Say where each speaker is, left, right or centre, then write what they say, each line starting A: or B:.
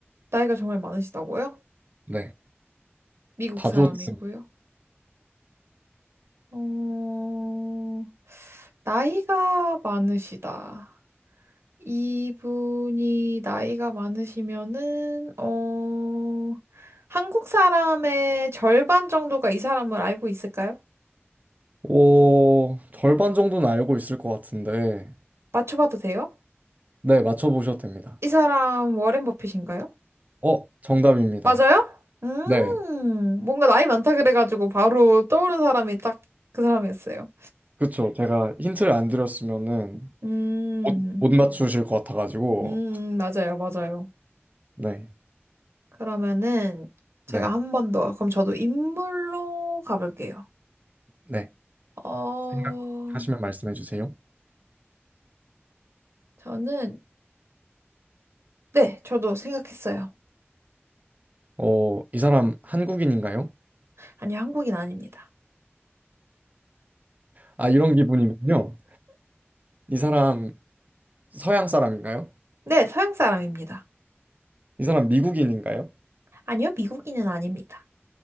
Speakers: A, on the right (about 75°); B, on the right (about 35°).
A: 나이가 정말 많으시다고요?
B: 네,
A: 미국
B: 다
A: 사람이고요.
B: 좋습니다.
A: 어, 나이가 많으시다. 이분이 나이가 많으시면은, 어, 한국 사람의 절반 정도가 이 사람을 알고 있을까요?
B: 오, 절반 정도는 알고 있을 것 같은데,
A: 맞춰봐도 돼요?
B: 네, 맞춰보셔도 됩니다.
A: 이 사람 워렌 버핏인가요?
B: 어, 정답입니다.
A: 맞아요? 음,
B: 네.
A: 뭔가 나이 많다 그래가지고 바로 떠오른 사람이 딱 그 사람이었어요.
B: 그쵸. 제가 힌트를 안 드렸으면은
A: 음,
B: 못, 못 맞추실 것 같아가지고.
A: 음, 맞아요, 맞아요.
B: 네,
A: 그러면은 제가
B: 네,
A: 한 번 더, 그럼 저도 인물로 가볼게요.
B: 네.
A: 어,
B: 생각하시면 말씀해 주세요.
A: 저는, 네, 저도 생각했어요.
B: 어, 이 사람 한국인인가요?
A: 아니요, 한국인 아닙니다.
B: 아, 이런 기분이군요. 이 사람 서양 사람인가요?
A: 네, 서양 사람입니다.
B: 이 사람 미국인인가요?
A: 아니요, 미국인은 아닙니다.